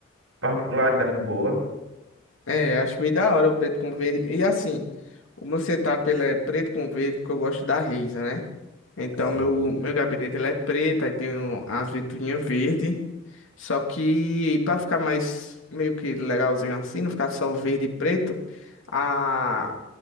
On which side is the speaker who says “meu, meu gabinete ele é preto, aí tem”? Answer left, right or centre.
Left